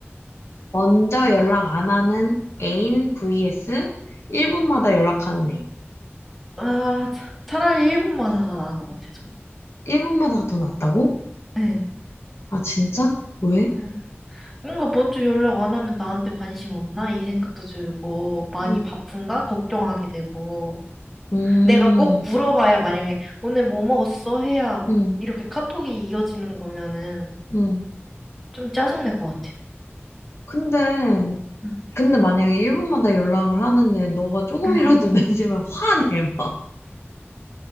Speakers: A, on the left; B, in the centre.
A: 먼저 연락 안 하는 애인 vs 1분마다 연락하는 애인.
B: 아, 차- 차라리 1분 마사가 나은 것 같아, 전.
A: 1분마다가 더 낫다고?
B: 네.
A: 아, 진짜? 왜?
B: 응. 뭔가 먼저 연락 안 하면 나한테 관심 없나? 이 생각도 들고, 많이
A: 음,
B: 바쁜가? 걱정하게 되고.
A: 음,
B: 내가 꼭 물어봐야 만약에 오늘 뭐 먹었어? 해야
A: 음.
B: 이렇게 카톡이 이어지는 거면은
A: 음.
B: 좀 짜증날 것 같아요.
A: 근데,
B: 응.
A: 근데 만약에 1분마다 연락을 하는데 너가 조금이라도
B: 응.
A: <laughs> 늦으면 화내, 막.